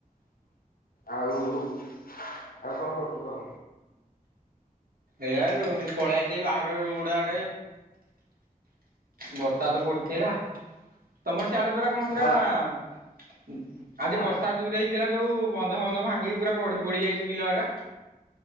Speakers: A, on the left; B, on the right.
A: ଆଉ ଆଉ କଣ କରଛୁ କ?
B: ଏଇଟା ପଳଆଚ ବାହର ରୁଡ଼ ଆଡେ। ବର୍ଷା ତ ପଡୁଥିଲା ତମର ସିଆଡେ ପରା କଣ ପୁରା
A: ଆଉ
B: ହୁଁ। ଆଜି
A: ଆଁ
B: ବର୍ଷା ଯୁରେ ହେଇଥିଲା ଯୋଉ ବନ୍ଧ ବନ୍ଧ ଭାଙ୍ଗିକି ପୁରା ବଢି ବଢି ଯାଇଛି ବିଲ ଟା।